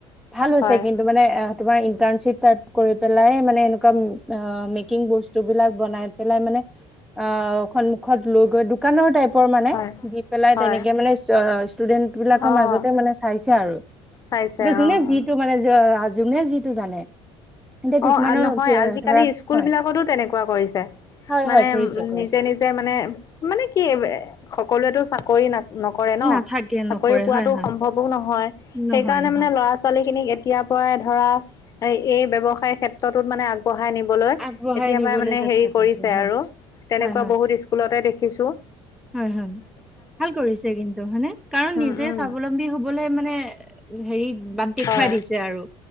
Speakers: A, in the centre; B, on the left.
A: ভাল হৈছে
B: হয়,
A: কিন্তু মানে তোমাৰ ইন্টাৰ্ণশ্বিপ কৰি পেলাই মানে এনেকুৱা মেকিং বস্তু বিলাক বনাই পেলাই মানে অ সন্মুখত লৈ গৈ দোকানৰ টাইপ পৰ মানে
B: হয়।
A: দি পেলাই
B: হয়,
A: তেনেকে মানে ষ্টুডেন্ট বিলাকৰ
B: অ',
A: মাজতে মানে চাইছে আৰু
B: চাইছে
A: দে জোনে
B: অ', অ'।
A: যিটো মানে জোনে যিটো জানে এতিয়া কিছুমানৰ
B: অ' নহয় আজিকালি
A: ধৰা
B: স্কুল
A: হয়
B: বিলাকতো তেনেকুৱা কৰিছে
A: হয়
B: মানে
A: হয় কৰিছে
B: উ
A: কৰিছে
B: নিজে নিজে মানে মানে কি সকলোৱেতো চাকৰি ন নকৰে ন
A: নাথাকে
B: চাকৰি
A: নকৰে
B: পোৱাতো
A: হয় হয়
B: সম্ভৱও নহয় সেইকাৰণে
A: নহয় নহয়
B: মানে ল'ৰা ছোৱালী খিনিক কেতিয়াৰ পৰাই ধৰা এই ব্যৱসায় ক্ষেত্ৰতোত মানে আগবঢ়াই নিব এতিয়াৰ
A: আগবঢ়াই নিবলৈ
B: পৰাই মানে
A: চেষ্টা
B: হেৰি কৰিছে
A: হয়,
B: আৰু তেনেকুৱা
A: হয়, হয়,
B: বহুত স্কুলতে দেখিছো
A: হয় হয় ভাল কৰিছে কিন্তু হানে কাৰণ
B: উম
A: নিজে
B: উম
A: স্বাৱলম্বী হবলৈ মানে। হেৰি বাদ দেখুৱাই
B: হয়
A: দিছে আৰু